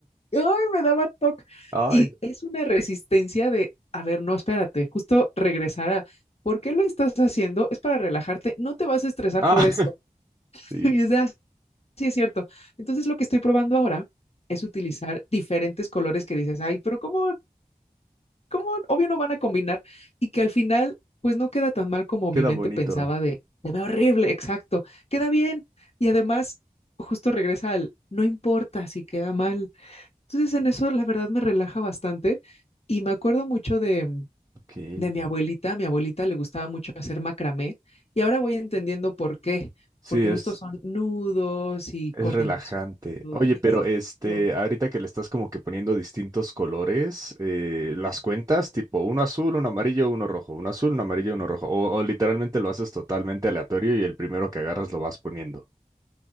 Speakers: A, on the left; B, on the right.
A: ay, me daba TOC.
B: Ay,
A: Y
B: no.
A: es una resistencia de, a ver, no, espérate, justo regresar a, ¿por qué lo estás haciendo? Es para relajarte, no te vas a estresar
B: Ah,
A: por esto.
B: <laughs>
A: <laughs>
B: sí,
A: Y es de, ah, sí, es cierto. Entonces lo que estoy probando ahora es utilizar diferentes colores que dices, ay, pero ¿cómo ¿cómo? Obvio no van a combinar y que al final, pues no queda tan mal como
B: queda
A: mi mente
B: bonito.
A: pensaba de, se ve horrible, exacto, queda bien. Y además, justo regresa al, no importa si queda mal. Entonces en eso la verdad me relaja bastante y me acuerdo mucho de, mm,
B: Ok.
A: de mi abuelita. A mi abuelita le gustaba mucho hacer macramé y ahora voy entendiendo por qué,
B: Sí,
A: porque
B: es,
A: justo son nudos y
B: es
A: coordinación.
B: relajante.
A: Todo.
B: Oye,
A: Exacto.
B: pero este, ahorita que le estás como que poniendo distintos colores, eh, las cuentas tipo uno azul, uno amarillo, uno rojo, uno azul, uno amarillo, uno rojo. O, o literalmente lo haces totalmente aleatorio y el primero que agarras lo vas poniendo.